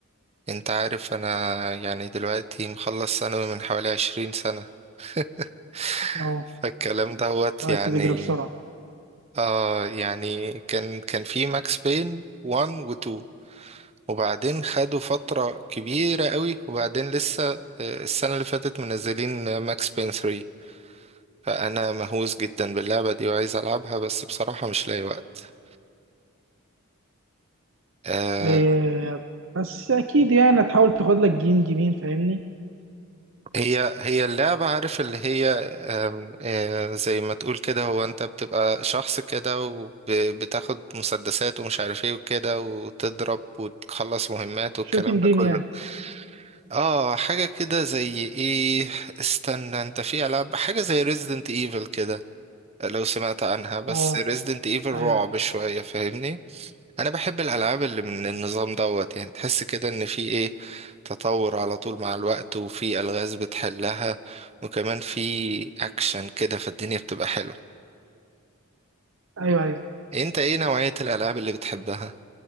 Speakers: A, on the right; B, on the right.
A: انت عارف انا يعني دلوقتي مخلص ثانوي من حوالي عشرين سنة <laughs>
B: اه
A: فالكلام دوت
B: الوقت
A: يعني
B: بيجري بسرعة
A: اه يعني كان كان في ماكس بين 1 و 2 وبعدين خدوا فترة كبيرة قوي وبعدين لسه آه، السنة اللي فاتت منزلين ماكس بين 3 فأنا مهووس جدا باللعبة دي وعايز ألعبها بس بصراحة مش لاقي وقت آه
B: إيه بس أكيد يعني هتحاول تاخد لك جيم جيمين فاهمني
A: هي هي اللعبة عارف اللي هي آم، آه زي ما تقول كده هو أنت بتبقى شخص كده وبتاخد مسدسات ومش عارف ايه وكده وتضرب وتخلص مهمات والكلام
B: شوتنج
A: ده
B: جيم
A: كله
B: يعني
A: اه حاجة كده زي ايه استنى انت في ألعاب حاجة زي ريزيدنت ايفل كده لو سمعت عنها بس
B: اه
A: ريزيدنت ايفل رعب
B: أيوه أيوه
A: شوية فاهمني انا بحب الالعاب اللي من النظام دوت يعني تحس كده ان في ايه تطور على طول مع الوقت وفي الغاز بتحلها وكمان في اكشن كده فالدنيا بتبقى حلوه
B: أيوه أيوه
A: انت ايه نوعيه الالعاب اللي بتحبها